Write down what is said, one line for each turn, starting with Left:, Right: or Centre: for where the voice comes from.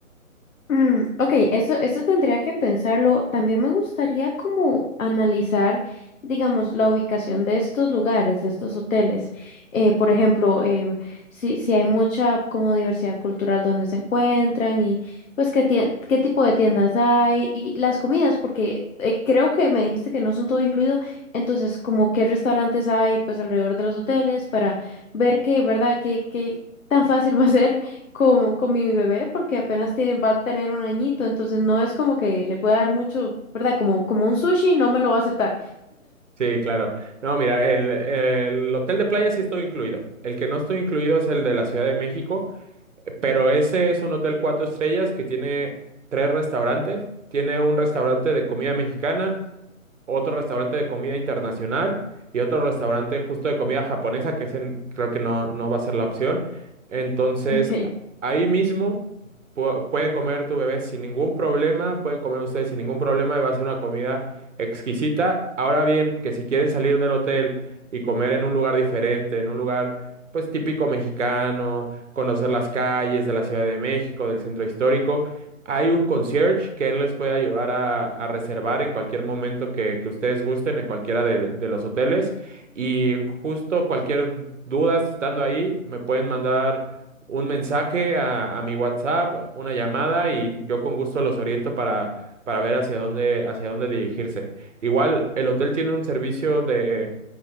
Left: Mm, ok, eso, eso tendría que pensarlo. También me gustaría como analizar, digamos, la ubicación de estos lugares, de estos hoteles. Eh, por ejemplo, em, si, si hay mucha como diversidad cultural donde se encuentran y pues qué, tie- qué tipo de tiendas hay y las comidas, porque eh, creo que me dijiste que no son todo incluido. Entonces, como qué restaurantes hay pues alrededor de los hoteles para ver que, ¿verdad? qué qué tan fácil <laughs> va a ser con, con mi bebé porque apenas tiene, va a tener un añito, entonces no es como que le pueda dar mucho, ¿verdad? Como, como un sushi, no me lo va a aceptar.
Right: Sí, claro. No, mira, el, el hotel de playa sí estoy incluido. El que no estoy incluido es el de la Ciudad de México Pero ese es un hotel cuatro estrellas que tiene tres restaurantes. Tiene un restaurante de comida mexicana, otro restaurante de comida internacional y otro restaurante justo de comida japonesa, que ese n- creo que no, no va a ser la opción. Entonces,
Left: <laughs> Ok.
Right: ahí mismo pu- puede comer tu bebé sin ningún problema, pueden comer ustedes sin ningún problema y va a ser una comida exquisita. Ahora bien, que si quieren salir del hotel y comer en un lugar diferente, en un lugar pues típico mexicano, conocer las calles de la Ciudad de México, del centro histórico. Hay un concierge que él les puede ayudar a, a reservar en cualquier momento que, que ustedes gusten, en cualquiera de, de los hoteles. Y justo cualquier duda si estando ahí, me pueden mandar un mensaje a, a mi WhatsApp, una llamada y yo con gusto los oriento para, para ver hacia dónde, hacia dónde dirigirse. Igual el hotel tiene un servicio de,